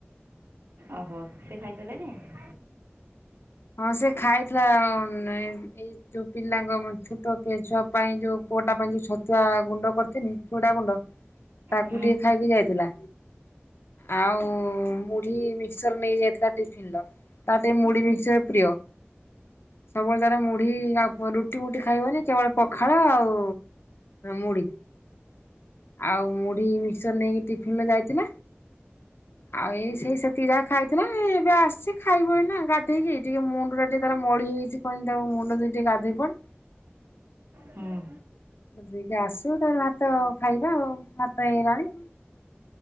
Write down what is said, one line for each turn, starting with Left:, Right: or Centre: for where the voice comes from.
Right: ଓହୋ। ସେ ଖାଇସାରିଲାଣି?
Left: ହଁ ସେ ଖାଇଥିଲା। ନେ ଏଇ ଯୋଉ ପିଲାଙ୍କ ମ ଛୋଟ ଛୁଆ ପାଇଁ ଯୋଉ ପୁଅଟା ପାଇଁ ଯୋଉ ଛତୁଆ ଗୁଣ୍ଡ କରିଥିନି ଛୁଡା ଗୁଣ୍ଡ ତାକୁ
Right: ହୁଁ
Left: ଟିକେ ଖାଇକି ଯାଇଥିଲା। ଆଉ ମୁ ଢି ମିକ୍ସଚର ନେଇ ଯାଇଥିଲା ଟିଫନ୍ ର ତାର ଟିକେ ମୁଢି ମିକ୍ସଚର ପ୍ରିୟ। ସବୁବେଳେ ତାର ମୁଢି ଆଉ ପ ରୁଟି ମୁୁଟି ଖାଇବନି କେବଳ ପଖାଳ ଆଉ ମୁଢି ଆଉ ମୁଢି ମିକସର ନେଇକି ଟିଫିନରେ ଯାଇଥିଲା। ଆଉ ଏଇ ସେଇ ସେତିିକି ଯାହା ଖାଇଥିଲା ଏବେ ଆସଚି ଖାଇବ ଏଇନା ଗାଧେଇକି ଟିକେ ମୁଣ୍ଡ ଟା ଟିକେ ତାର ମଳି ହେଇଚି। କହିଲି ତାକୁ ମୁଣ୍ଡ ଧୋଇକି ଟିକେ ଗାଧେଇ ପଡ୍।
Right: ହୁଁ
Left: ନିଜେ ଆସୁ ତାର ଭାତ ଖାଇବା ଆଉ ଭାତ ହେଇଗଲାଣି।